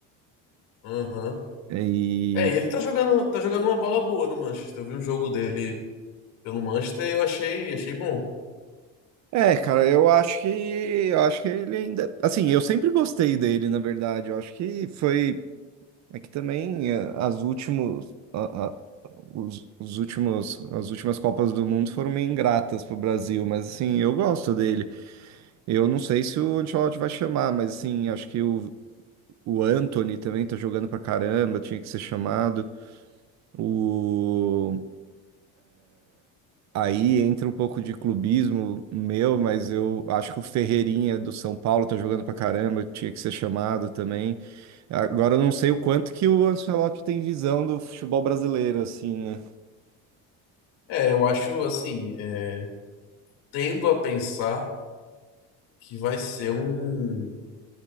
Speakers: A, on the left; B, on the right.
A: Aham.
B: E
A: É, e ele tá jogando, tá jogando uma bola boa no Manchester. Eu vi um jogo dele pelo Manchester e eu achei, achei bom.
B: É, cara, eu acho que eu acho que ele ainda, assim, eu sempre gostei dele, na verdade. Eu acho que foi é que também eh, as últimos a- a- os, os últimos as últimas Copas do Mundo foram meio ingratas pro Brasil, mas assim, eu gosto dele. Eu não sei se o Ancelotti vai chamar, mas assim, acho que o o Antony também tá jogando pra caramba, tinha que ser chamado. O Aí entra um pouco de clubismo meu, mas eu acho que o Ferreirinha do São Paulo tá jogando pra caramba, tinha que ser chamado também. Agora eu não sei o quanto que o Ancelotti tem visão do futebol brasileiro, assim, né?
A: É, eu acho assim, é, tendo a pensar que vai ser um